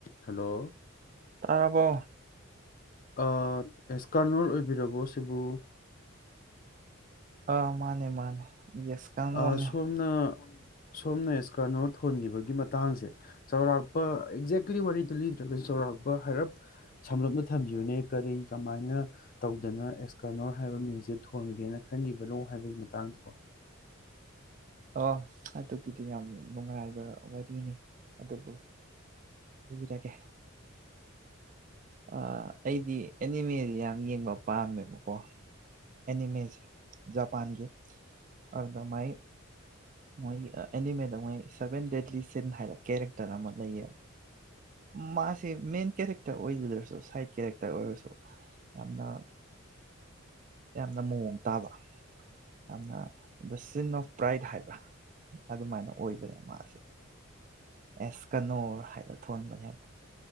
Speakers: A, on the left; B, on the right.
A: ꯍꯜꯂꯣ
B: ꯇꯥꯔꯕꯣ
A: ꯑꯥ ꯑꯦꯁꯀꯥꯅꯔ ꯑꯣꯏꯕꯤꯔꯕꯣ ꯁꯤꯕꯨ
B: ꯑꯥ ꯃꯥꯅꯦ ꯃꯥꯅꯦ ꯌꯦꯁꯀꯥꯡꯉꯣꯜꯅꯦ
A: ꯑ, ꯁꯣꯝꯅ ꯁꯣꯝꯅ ꯑꯦꯁꯀꯥꯔꯅꯣ ꯊꯣꯟꯈꯤꯕꯒꯤ ꯃꯇꯥꯡꯁꯦ ꯆꯥꯎꯔꯥꯛ ꯑꯦꯛꯖꯦꯛꯂꯤ ꯋꯥꯔꯤꯗꯣ ꯂꯤ ꯆꯥꯎꯧꯔꯥꯛꯄ ꯍꯥꯏꯔꯞ ꯁꯝꯂꯞꯅ ꯊꯝꯕꯤꯌꯨꯅꯦ ꯀꯔꯤ ꯀꯃꯥꯏꯅ ꯇꯧꯗꯅ ꯑꯦꯁꯀꯥꯅꯣꯔ ꯍꯥꯏꯕ ꯃꯤꯡꯁꯦ ꯊꯣꯟꯒꯦꯅ ꯈꯟꯒꯤꯕꯅꯣ ꯍꯥꯏꯕꯒꯤ ꯇꯥꯡꯗꯣ
B: ꯑꯥ ꯑꯗꯨꯒꯤꯗꯤ ꯌꯥꯝ ꯅꯨꯉꯥꯏ ꯋꯥꯔꯤꯅꯤ ꯑꯗꯨꯕꯨ ꯂꯤꯔꯒꯦ ꯑꯥ ꯑꯩꯗꯤ ꯑꯦꯅꯤꯃꯦ ꯌꯥꯝ ꯌꯦꯡꯕ ꯄꯥꯝꯃꯦꯕꯀꯣ ꯑꯦꯅꯤꯃꯦꯁꯦ ꯖꯄꯥꯟꯒꯤ ꯑꯗꯨꯗ ꯃꯥꯏ ꯃꯣꯏ ꯑꯦꯅꯤꯃꯦꯗ ꯃꯣꯏ ꯁꯚꯦꯟ ꯗꯦꯠꯂꯤ ꯁꯤꯟ ꯍꯥꯏꯅ ꯀꯦꯔꯦꯛꯇꯔ ꯑꯃ ꯂꯩꯌꯦꯕ ꯃꯥꯁꯤ ꯃꯦꯟ ꯀꯦꯔꯦꯛꯇꯔ ꯑꯣꯏꯖꯗ꯭ꯔꯁꯨ ꯁꯥꯏꯠ ꯀꯦꯔꯦꯛꯇꯔ ꯑꯣꯏꯔꯁꯨ ꯌꯥꯝꯅ ꯌꯥꯝꯅ ꯃꯑꯣꯡ ꯇꯥꯕ ꯌꯥꯝꯅ ꯗ ꯁꯤꯟ ꯑꯣꯐ ꯄ꯭ꯔꯥꯏꯠ ꯍꯥꯏꯕ꯭ꯔꯥ ꯑꯗꯨꯃꯥꯏꯅ ꯃꯥꯁꯦ ꯑꯦꯁ ꯀꯅꯣꯔ ꯍꯥꯏꯅ ꯊꯣꯟꯕꯅꯦꯕ